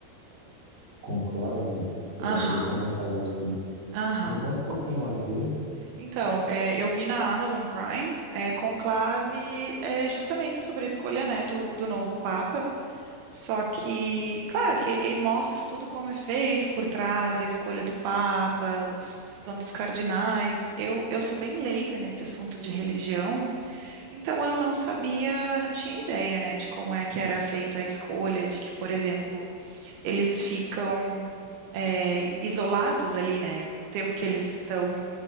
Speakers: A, on the right; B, on the right.
A: Conclave? Tá,
B: Aham,
A: vou deixar anotado aqui.
B: aham.
A: Me conta um pouquinho mais dele.
B: Então, é, eu vi na Amazon Prime, é, Conclave é justamente sobre a escolha, né, do, do novo Papa. Só que, claro, que ele mostra tudo como é feito por trás, a escolha do Papa, os os tantos cardinais. Eu, eu sou bem leiga nesse assunto de religião, então eu não sabia, não tinha ideia, né, de como é que era feita a escolha, de que, por exemplo, eles ficam é, isolados ali, né, no tempo que eles estão